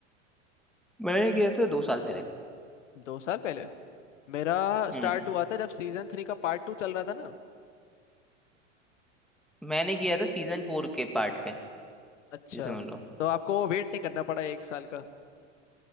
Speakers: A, in the centre; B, on the left.
A: मैंने किया था दो साल पहले
B: दो साल पहले मेरा स्टार्ट
A: हम्म
B: हुआ था जब सीजन थ्री का पार्ट टू चल रहा था ना
A: मैंने किया था सीजन फोर के पार्ट पे
B: अच्छा
A: ये समझ लो
B: तो आपको वेट नहीं करना पड़ा एक साल